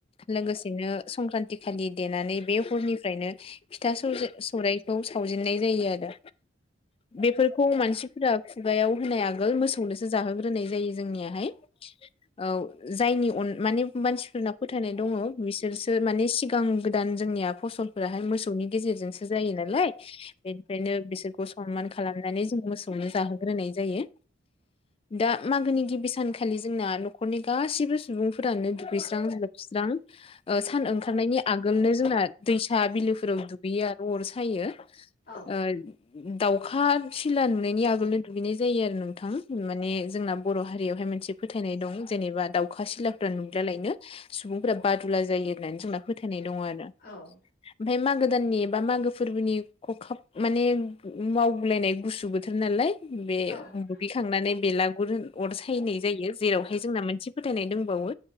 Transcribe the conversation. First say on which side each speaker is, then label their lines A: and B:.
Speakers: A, on the left (about 30°); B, on the left (about 50°).
A: लोगोसेनो संक्रान्ति खालि देनानै बे हरनिफ्रायनो फिथा सौजे सौराइखौ सावजेननाय जायो आरो बेफोरखौ मानसिफोरा खुगायाव होनाय आग गोल मोसौनोसो जाहोग्रोनाय जायो जोंनिहाय ओ जायनि अन माने मानसिफोरनाव फोथायनाय दङ बिसोरसो माने सि गोदान जोंनिया फसलफोराहाय मोस सौनि गेजेरजोंसो जायो नालाय बेनिफखायनो बिसोरखौ सनमान खालामनानै जों मोसौनो जाहोगो होनाय जायो दा मागोनि गिबि सानखालि जोंना नखरनि गासिबो सु सुबुंफोरानो दुगैस्रां-लोबस्रां ओ सान ओंखा खारनायनि आगोलनो जोंना दैसा बिलोफोराव दुगैयो आरो अर सायो
B: औ
A: ओ दाउखा सिला नुनायनि आगोलनो दुगैनाय जायो आरो नोंथां माने जोंना बर हारियावहाय मोनसे फोथायनाय दं जेनेबा दाउ खा सिलाफ्रा नुल्बालायनो सुबुंफोरा बादुला जायो होननानै जोंना फोथायनाय दङ आरो
B: औ
A: ओमफाय मागो गोदाननि बा मागो फोरबोनि खखाब माने मावगुलायनाय गुसु बोथोर नालाय बे
B: औ-औ-औ-औ-औ-औ-औ-औ-औ
A: बुगैखांनानै बेलागुर अर सायनाय जायो जेरावहाय जोंना मोनसे फोथायनाय दों बावो